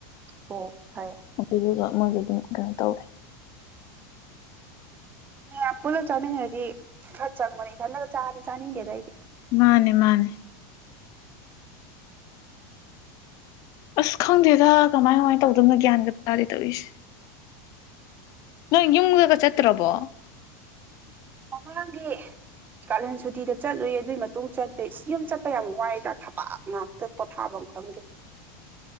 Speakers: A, on the right (about 20°); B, on the left (about 40°).
A: ꯑꯣ ꯐꯩꯌꯦ
B: ꯑꯗꯨꯗꯨꯒ ꯃꯣꯏꯒꯤ ꯑꯗꯨꯝ ꯀꯩꯅꯣ ꯇꯧꯋꯦ
A: ꯃꯌꯥꯝ ꯄꯨꯜꯂ ꯆꯥꯃꯤꯟꯅꯔꯗꯤ ꯈꯔ ꯆꯪꯕꯅꯤ ꯏꯊꯟꯗꯒ ꯆꯥꯔꯗꯤ ꯆꯥꯅꯤꯡꯅꯤꯗꯦꯗ ꯑꯩꯗꯤ
B: ꯃꯥꯅꯦ ꯃꯥꯅꯦ ꯑꯁ ꯈꯪꯗꯦꯗ ꯀꯃꯥꯏ ꯀꯃꯥꯏꯅ ꯇꯧꯗ꯭ꯔꯤꯃꯅꯣ ꯒ꯭ꯌꯥꯟꯒ ꯇꯥꯖꯦ ꯇꯧꯔꯤꯁꯦ ꯅꯪ ꯌꯨꯝꯗꯒ ꯆꯠꯇ꯭ꯔꯕꯣ
A: ꯄꯥꯞꯄꯨꯂꯥꯡꯒꯤ ꯀꯥꯂꯦꯟ ꯁꯨꯇꯤꯗ ꯆꯠꯂꯨꯏ ꯑꯗꯨꯏ ꯃꯇꯨꯡ ꯆꯠꯇꯦ ꯏꯁ ꯌꯨꯝ ꯆꯠꯄ ꯌꯥꯝ ꯋꯥꯏꯗ ꯊꯕꯥꯛ ꯉꯥꯛꯇ ꯄꯣꯠꯊꯥꯕꯝ ꯈꯪꯗꯦ